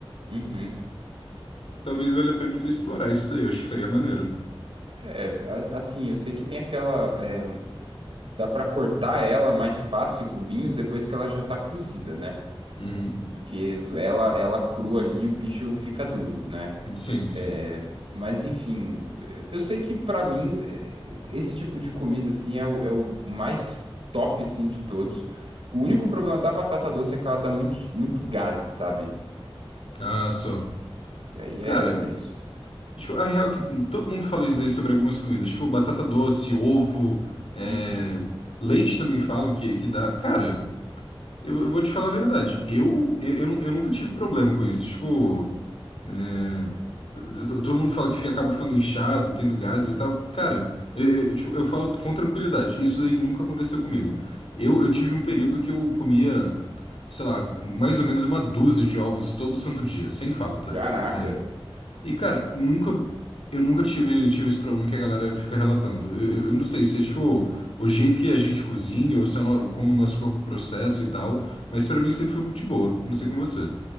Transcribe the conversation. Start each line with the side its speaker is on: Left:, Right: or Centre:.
Right: Uhum.
Left: Talvez valha a pena você explorar isso daí, eu acho que faria maneiro.
Right: É, a- assim, eu sei que tem aquela, é, um- dá pra cortar ela mais fácil em cubinhos depois que ela já tá cozida, né?
Left: Uhum.
Right: Porque ela, ela crua ali, o bicho fica duro, né?
Left: Sim, sim.
Right: É, mas enfim, eh, eu sei que pra mim eh, esse tipo de comida assim é o, é o mais top assim de todos. O único problema da batata doce é que ela dá muito, muito gás, sabe?
Left: Ah, só.
Right: E aí
Left: Cara,
Right: é, é tenso.
Left: tipo, a real é que todo mundo fala isso aí sobre algumas comidas, tipo batata doce, ovo, é,
Right: Uhum.
Left: leite também falam que, que dá. Cara. Eu, eu vou te falar a verdade. Eu, eu, eu, nu- eu nunca tive problema com isso. Tipo, é, t- t- todo mundo fala que fica- acaba ficando inchado, tendo gases e tal. Cara, eu, eu, eu, tipo, eu falo com tranquilidade. Isso daí nunca aconteceu comigo. Eu, eu tive um período que eu comia, sei lá, mais ou menos uma dúzia de ovos todo santo dia, sem falta.
Right: Caraca,
Left: É, e, cara, nunca. Eu nunca tive, tive esse problema que a galera fica relatando. Eu, eu- eu não sei se é tipo o jeito que a gente cozinha ou se é o no- como o nosso corpo processa e tal, mas pra mim sempre foi muito de boa. Não sei com você.